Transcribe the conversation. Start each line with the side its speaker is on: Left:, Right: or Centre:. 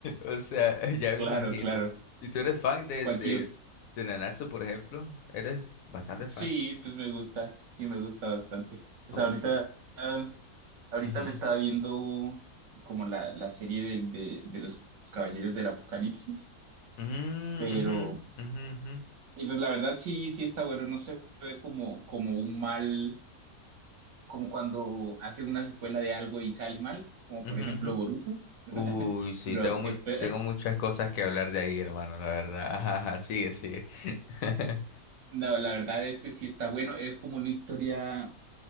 Left: O sea, <laughs> ya me
Right: claro,
Left: imagino.
Right: claro.
Left: ¿Y tú eres fan de,
Right: Cualquier,
Left: de, de Nanatsu, por ejemplo? ¿Eres bastante fan?
Right: sí, pues me gusta, sí, me gusta bastante. Pues
Left: Ok.
Right: ahorita, ah, ahorita
Left: Ujú.
Right: me estaba viendo como la, la serie del- de, de los Caballeros del Apocalipsis,
Left: Mm,
Right: pero,
Left: ujú, ujú, ujú,
Right: y pues la verdad sí, sí está bueno, no se ve como, como un mal. como cuando hacen una secuela de algo y sale mal, como
Left: ujú,
Right: por ejemplo
Left: ujú.
Right: Boruto. <laughs>
Left: Uy, sí,
Right: No,
Left: tengo mu-
Right: este,
Left: tengo muchas cosas que hablar de ahí, hermano, la verdad. Ajá, ajá, sigue, sigue. <laughs>
Right: no, la verdad, este sí está bueno. Es como una historia,